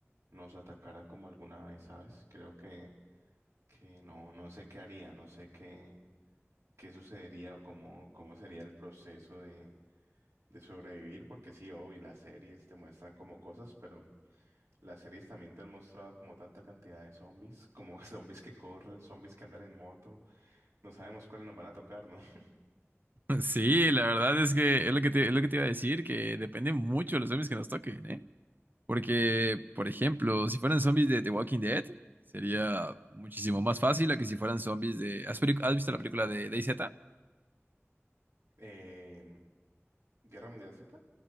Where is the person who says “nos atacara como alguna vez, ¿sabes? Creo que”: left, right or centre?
Right